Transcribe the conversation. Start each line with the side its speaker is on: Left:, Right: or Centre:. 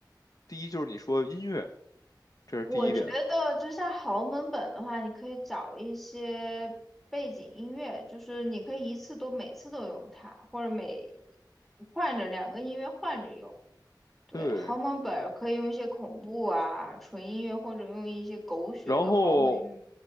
Left: 第一就是你说音乐，这是第一点，
Centre: 我觉得就像豪门本的话，你可以找一些背景音乐，就是你可以一次都每次都用它，或者每换着两个音乐换着用。对，
Left: 对，
Centre: 豪门本儿可以用一些恐怖啊、纯音乐，或者用一些狗血的豪门语
Left: 然后